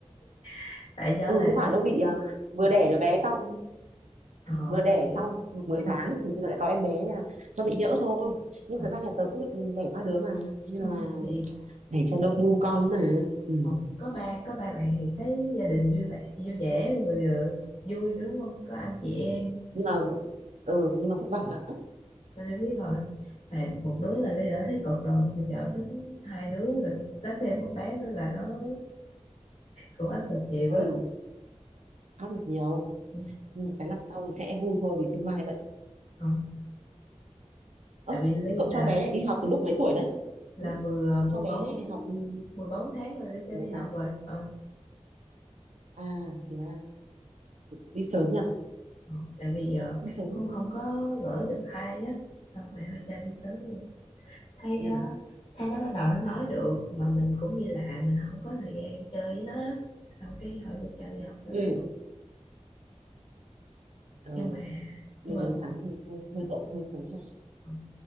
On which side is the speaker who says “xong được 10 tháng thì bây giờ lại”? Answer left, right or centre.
Right